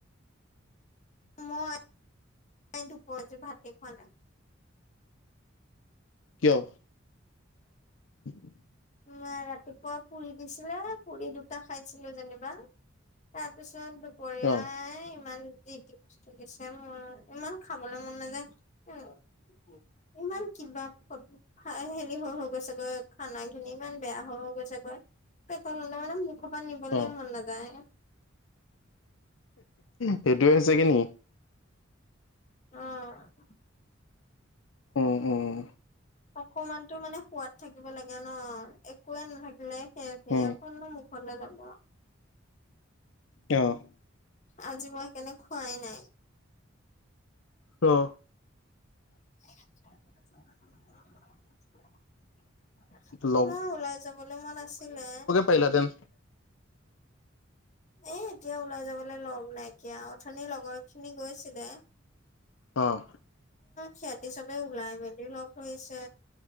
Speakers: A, on the left (about 35°); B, on the left (about 70°).
A: মই দুপৰতে ভাতে খোৱা নাই।
B: কিয়? <inaudible>
A: উ ৰাতিপুৱা পুৰি দিছিলে পুৰি দুটা খাইছিলো যেনিবা। তাৰ পিছত দুপৰীয়াই
B: অ
A: ইমান। যি কি বস্তু দিছে মোৰ ইমান খাবলৈ মন নাযায় ইমান কিবা হেৰি হৈ হৈ গৈছে গৈ খানা ইমান বেয়া হৈ হৈ গৈছে গৈ পেটল হলে মানে মুখৰ পৰা নিবলৈ
B: অ
A: মন নাযায়
B: সেইটো হৈছেগে নি
A: অ'
B: উম, উম
A: অকমানতো মানে সোৱাদ থাকিব লাগে ন, একোৱে নাথাকিলে সেৰ সেৰ
B: উম
A: কৈ কত হলে যাব
B: অ'
A: আজি মই কেলে খোৱাই নাই।
B: অ'
A: <inaudible>
B: লগ
A: মোৰ ওলাই যাবলৈ মন আছিলে।
B: পাৰিলা হেঁতেন
A: এ এতিয়া ওলাই যাবলৈ লগ নাইকিয়া অথনিৰ লগৰ খিনি গৈছিলে।
B: অ'
A: সিহঁতি চবে ওলাই মেলি লগ ধৰিছে